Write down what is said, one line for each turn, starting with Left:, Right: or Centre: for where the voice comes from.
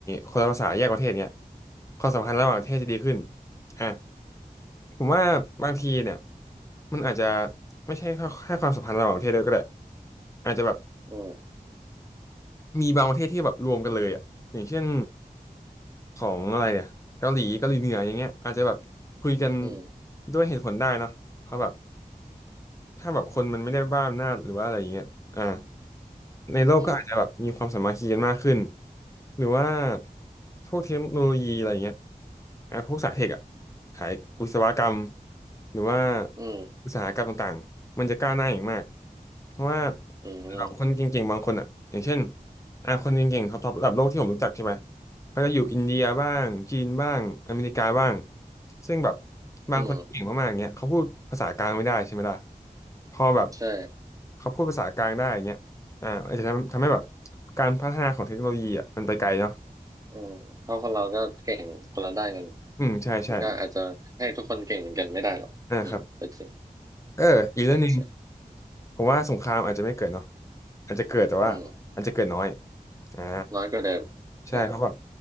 Left: คนละภาษาแยกประเทศเนี่ยความสัมพันธ์ระหว่างประเทศจะดีขึ้นอ่ะผมว่าบางทีเนี่ยมันอาจจะไม่ใช่แค่แคความสัมพันธ์ระหว่างประเทศด้วยก็ได้อาจจะแบบ
Right: อืม
Left: มีบางประเทศที่แบบรวมกันเลยอ่ะอย่างเช่นของอะไรเนี่ยเกาหลีเกาหลีเหนืออย่างเงี้ยอาจจะแบบคุยกัน
Right: อืม
Left: ด้วยเหตุผลได้เนอะเพราะแบบถ้าแบบคนมันไม่ได้บ้าอำนาจหรือว่าอะไรอย่างเงี้ยอ่า ในโลกก็อาจจะแบบมีความสามัคคีกันมากขึ้น
Right: อืม
Left: หรือว่าพวกเทคโนโลยีอะไรเงี้ยอ่ะพวกสายเทคอะสายวิศวกรรมหรือว่า
Right: อืม
Left: อุตสาหกรรมต่างๆมันจะก้าวหน้าอย่างมากเพราะว่า
Right: อืม
Left: แบบคนเก่งๆบางคนอะอย่างเช่นอ่ะคนเก่งๆท็อปๆระดับโลกที่ผมรู้จักใช่ไหมเขาจะอยู่อินเดียบ้างจีนบ้างอเมริกาบ้างซึ่งแบบบางคนที่เก่งมากๆเงี้ยเขาพูดภาษากลางไม่ได้ใช่ไหมล่ะ
Right: อืม
Left: พอแบบ
Right: ใช่
Left: เขาพูดภาษากลางได้เงี้ย อ่าอาจจะทำทำให้แบบการพัฒนาของเทคโนโลยีอ่ะมันไปไกลเนาะ
Right: อืมเพราะคนเราก็เก่งคนละด้านกัน
Left: อืมใช่ใช่
Right: มันก็อาจจะให้ทุกคนเก่งเหมือนกันไม่ได้หรอกอืมเป็นสิ่ง
Left: อ่าครับเอออีกเรื่องหนึ่ง
Right: ใช่ใช่
Left: ผมว่าสงครามอาจจะไม่เกิดเนาะอาจจะเกิดแต่ว่าอาจจะเกิดน้อย
Right: อืม
Left: อ่า
Right: น้อยกว่าเดิมใช่
Left: ใช่เพราะแบบ